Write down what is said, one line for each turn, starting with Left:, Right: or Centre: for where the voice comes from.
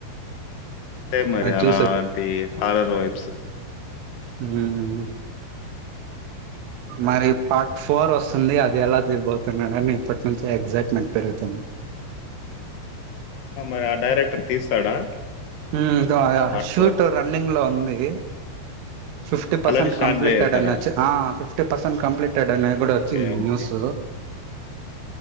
Left: అంతే మరి
Right: అది
Left: అలా
Right: చూస
Left: అంటి హార్రర్ వైబ్స్
Right: హ్ హ్ హు మరి పార్ట్ ఫోర్ వస్తుంది. అది ఎలా తీయబోతున్నాడని ఇప్పటి నుంచి ఎగ్జైట్మెంట్ పెరుగుతుంది.
Left: మరి ఆ డైరెక్టర్ తీస్తాడా
Right: హ్ yeah yeah
Left: part
Right: shoot running లో ఉంది. ఎ fifty percent
Left: already start
Right: completed
Left: చేసేసారా?
Right: అని వచ్చ ఆ ఫిఫ్ పసంద కం ప్టెడ్ అనేది కూడ
Left: ఓకే.
Right: వచ్చింది
Left: ఓకే.
Right: న్యూస్